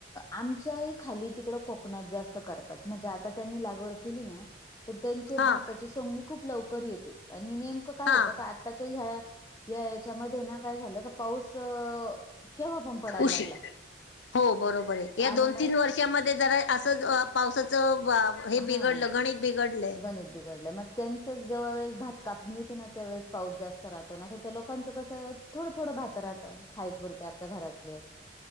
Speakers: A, on the left (about 20°); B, on the left (about 75°).
A: आमच्याही खाली तिकडं कोकणात जास्त करतात म्हणजे आता त्यांनी लागवड केली ना तर त्यांचे
B: हा
A: भाताची सोहणी खूप लवकर येते आणि नेमकं काय
B: हा
A: होतं का आ ताचे ह्या या याच्यामध्ये ना काय झालं का पाऊस केव्हा पण पडाय लागला.
B: उशी हो बरोबर आहे या
A: आणि
B: दोन
A: मग
B: तीन वर्षामध्ये जरा असच पावसा च बा हे
A: हा
B: बिघडलं गणित बिघडलंय.
A: गणित बिघडलंय म त्यांच जेव्हा वळेस भात कापणी येते ना त्यावेेळेस पाऊस जास्त राहतो ना तर त्या लोकांचं कसं तत थोडं थोडं भात राहतं खाईपुरते आपल्या घरातले